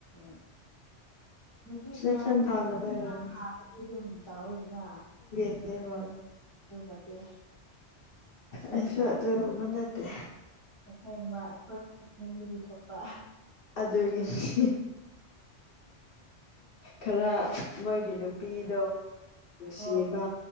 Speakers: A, on the right; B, on the left.
A: <unintelligible> ꯅꯨꯄꯤ
B: ꯁꯦꯂꯦꯛꯁꯟ
A: ꯈꯔꯗꯤ ꯑꯗꯨꯝ
B: ꯐꯪꯗꯕ ꯑꯣꯏꯔꯝꯅꯤ
A: ꯊꯥꯔꯗꯤ ꯑꯗꯨꯝ ꯇꯧꯋꯦꯗꯅ
B: <unintelligible>
A: ꯑꯗꯨ ꯅꯠꯇꯦ ꯑꯁꯦꯡꯕ
B: ꯑꯩꯁꯨ ꯑꯗꯨꯒꯨꯝꯕ ꯅꯠꯇꯦ
A: ꯑꯁꯦꯡꯕ ꯑꯩꯈꯣꯏ ꯄꯨꯛꯅꯤꯡꯗꯒꯤ ꯊꯣꯛꯄ
B: ꯑꯗꯨꯒꯤ ꯍꯤꯍꯤ ꯈꯔ ꯃꯣꯏꯒꯤ ꯅꯨ ꯄꯤꯗꯣ ꯅꯨꯡꯁꯤꯕ
A: ꯑꯣ